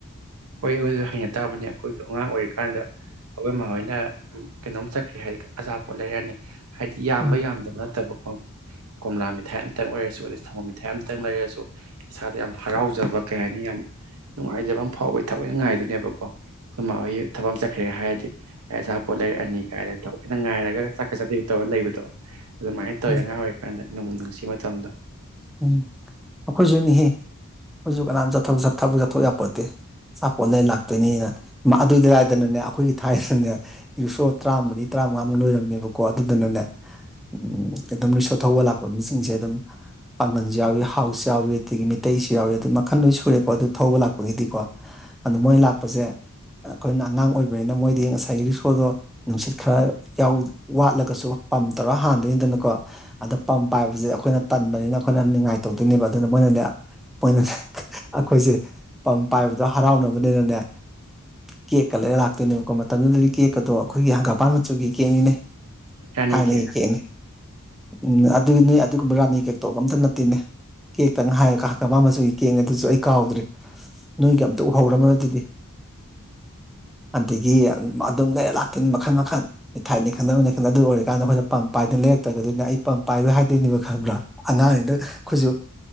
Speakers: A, on the right; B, in the centre.
A: ꯍꯣꯏ ꯍꯁꯨ ꯍꯩꯅ ꯇꯥꯕꯅꯦ ꯑꯩꯈꯣꯏꯁꯨ ꯑꯉꯥꯡ ꯑꯣꯏꯔꯤꯀꯥꯟꯗ ꯑꯈꯣꯏꯃꯥꯍꯣꯏꯅ ꯎ ꯀꯩꯅꯣꯝ ꯆꯠꯈ꯭ꯔꯦ ꯍꯥꯏꯗꯤ ꯑꯖꯥꯄꯣꯠ ꯂꯩꯔꯅꯤ ꯍꯥꯏꯗꯤ ꯌꯥꯝꯕ
B: ꯎꯝ
A: ꯌꯥꯝꯗꯕ ꯅꯠꯇꯕꯀꯣ ꯀꯣꯝꯂꯥ ꯃꯤꯊꯥꯏ ꯑꯃꯇꯪ ꯑꯣꯏꯔꯁꯨ ꯑꯗ ꯁꯪꯒꯜ ꯃ ꯃꯤꯊꯥꯏ ꯑꯃꯇꯪ ꯂꯩꯔꯁꯨ ꯏꯁꯥꯗ ꯌꯥꯝ ꯍꯔꯥꯎꯖꯩ ꯐꯖꯕ ꯀꯩ ꯍꯥꯏꯅꯤ ꯌꯥꯝ ꯅꯨꯡꯉꯥꯏꯖꯕ ꯐꯥꯎꯣꯏ ꯊꯏꯅ ꯉꯥꯏ ꯑꯗꯨꯅꯦꯕꯀꯣ ꯑꯩꯈꯣꯏꯣꯏ ꯊꯕꯛ ꯆꯠꯈ꯭ꯔꯦꯒꯦ ꯍꯥꯏꯔꯗꯤ ꯑꯩ ꯑꯆꯥꯄꯣꯠ ꯂꯩꯔꯛꯑꯅꯤ ꯀꯥꯏꯅ ꯊꯑꯣꯏꯅ ꯉꯥꯏꯔꯒ ꯆꯥꯛꯀꯠ ꯆꯠꯊꯕꯤ ꯇꯧꯔ ꯂꯩꯕꯗꯣ ꯑꯗꯨꯃꯥꯏꯅ ꯇꯧꯋꯤ
B: ꯎꯝ
A: ꯑꯉꯥꯡ ꯑꯣꯏꯔꯤꯀꯥꯟꯗ ꯅꯣꯡ ꯅꯨꯡꯁꯤ ꯃꯇꯝꯗ
B: ꯎꯝ ꯑꯩꯈꯣꯏꯁꯨ ꯍꯦ ꯑꯩꯈꯣꯏꯁꯨ ꯀꯅꯥꯝ ꯆꯠ ꯆꯠꯊꯕ ꯆꯠꯊꯣꯛ ꯌꯥꯄꯣꯠꯇꯦ ꯑꯆꯥꯄꯣꯠ ꯂꯩ ꯂꯥꯛꯇꯣꯏꯅꯤꯅ ꯑꯗꯨꯏꯗꯨꯗꯥꯏꯗꯅꯅꯦ ꯑꯩꯈꯣꯏꯒꯤ ꯊꯥꯏꯗꯅꯦ ꯔꯤꯁꯣ ꯇꯔꯥꯃꯔꯤ ꯇꯔꯥꯃꯉꯥꯃꯨꯛ ꯂꯣꯏꯔꯝꯃꯦꯕꯀꯣ ꯑꯗꯨꯗꯨꯅꯅꯦ ꯎꯝ ꯑꯗꯨꯝ ꯔꯤꯁꯣ ꯊꯧꯕ ꯂꯥꯛꯄ ꯃꯤꯁꯤꯡꯁꯦ ꯑꯗꯨꯝ ꯄꯥꯡꯒꯜꯁꯨ ꯌꯥꯎꯏꯤ ꯍꯥꯎꯁꯨ ꯌꯥꯎꯏꯤ ꯑꯗꯒꯤ ꯃ ꯃꯤꯇꯩꯁꯨ ꯌꯥꯎꯏꯤ ꯑꯗꯨ ꯃꯈꯟ ꯂꯣꯏ ꯁꯨꯔꯦꯀꯣ ꯑꯗꯨ ꯊꯧꯕ ꯂꯥꯛꯄꯒꯤꯗꯤꯀꯣ ꯑꯗꯨꯗ ꯃꯣꯏ ꯂꯥꯛꯄꯁꯦ ꯑꯩꯈꯣꯏꯅ ꯑꯉꯥꯡ ꯑꯣꯏꯕꯅꯤꯅ ꯃꯣꯏꯗꯤ ꯉꯁꯥꯏꯒꯤ ꯔꯤꯁꯣꯔꯗꯣ ꯅꯨꯡꯁꯤꯠ ꯈꯔ ꯋꯥꯠꯂꯒꯁꯨ ꯄꯝ ꯇꯧꯔ ꯍꯥꯟꯗꯣꯏꯅꯤꯗꯅꯀꯣ ꯑꯗꯣ ꯄꯝ ꯄꯥꯏꯕꯁꯦ ꯑꯩꯈꯣꯏꯅ ꯇꯟꯕꯅꯤꯅ ꯑꯩꯈꯠꯅ ꯉꯥꯏ ꯇꯧꯗꯣꯏꯅꯦꯕ ꯑꯗꯨꯅ ꯃꯣꯏꯅꯅꯦ ꯃꯣꯏꯅꯅꯦ ꯑꯩꯈꯣꯏꯁꯦ ꯄꯝ ꯄꯥꯏꯕꯗꯣ ꯍꯔꯥꯎꯅꯕꯅꯤꯅꯅꯦ ꯀꯦꯛꯀ ꯂꯩꯔ ꯂꯥꯛꯇꯣꯏꯅꯦꯕꯀꯣ ꯃꯇꯝꯗꯨꯗꯗꯤ ꯀꯦꯛ ꯑꯗꯣ ꯑꯩꯈꯣꯏꯒꯤ ꯍꯪꯒꯥꯝꯄꯥꯟ ꯃꯆꯨꯒꯤ ꯀꯦꯛꯅꯤꯅꯦ
A: ꯔꯥꯅꯤ
B: ꯍꯥꯏꯅ
A: ꯀꯦꯛ
B: ꯀꯦꯅꯦ ꯎꯝ ꯑꯗꯨꯒꯤ ꯅꯣꯏ ꯑꯗꯨꯒ ꯕꯔꯥꯅꯤ ꯀ ꯑꯇꯣꯞ ꯑꯝꯇ ꯅꯠꯇꯦꯅꯦ ꯀꯦꯛꯇ ꯉ ꯍꯥꯏꯔꯒ ꯀꯕ ꯃꯆꯨꯒꯤ ꯀꯦꯛ ꯑꯗꯨꯁꯨ ꯑꯩ ꯀꯥꯎꯗ꯭ꯔꯦ ꯅꯣꯏꯒꯤ ꯑꯝꯇ ꯎꯍꯧꯔꯝꯃ ꯑꯗꯨꯗꯤ ꯑꯗꯒꯤ ꯑꯗꯨꯝ ꯂꯩꯔ ꯂꯥꯛꯇꯣꯏꯅꯤ ꯃꯈꯜ ꯃꯈꯟ ꯃꯤꯊꯥꯏꯠꯅꯦ ꯈꯪꯗꯕꯅꯦ ꯈꯪꯗ ꯑꯗꯨ ꯑꯣꯏꯔꯀꯥꯟꯗ ꯑꯩꯈꯣꯏꯅ ꯄꯝ ꯄꯥꯏꯗꯅ ꯂꯩꯔꯛꯇ꯭ꯔꯒꯗꯣꯏꯅꯤ ꯑꯩ ꯄꯝ ꯄꯥꯏꯔꯣꯏ ꯍꯥꯏꯗꯣꯏꯅꯦꯕ ꯈꯟꯕ꯭ꯔꯥ ꯑꯉꯥꯡꯅꯤꯗ ꯑꯩꯈꯣꯏꯁꯨ